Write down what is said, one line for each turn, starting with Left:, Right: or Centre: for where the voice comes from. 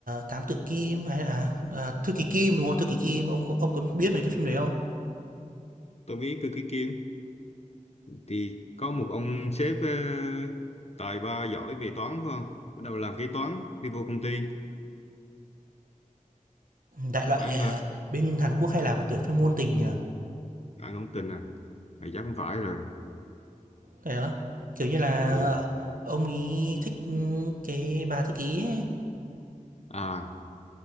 Right: Thám tử Kim hay là, à, Thư ký Kim, đúng không? Thư ký Kim, ông có ông có biết mấy cái phim đấy không?
Left: tôi biết Cơ Ký Kim thì có một ông sếp ờ, tài ba giỏi về toán phải không bắt đầu làm kế toán đi vô công ty
Right: đại loại,
Left: phải không ta
Right: ờ, bên Hàn Quốc hay làm, kiểu, phim ngôn tình nhỉ?
Left: anh không tin à mày chắc không phải rồi
Right: Thế á? Kiểu như là,
Left: ừ.
Right: ờ, ông ấy thích, ừ, cái bà thư ký ấy,
Left: à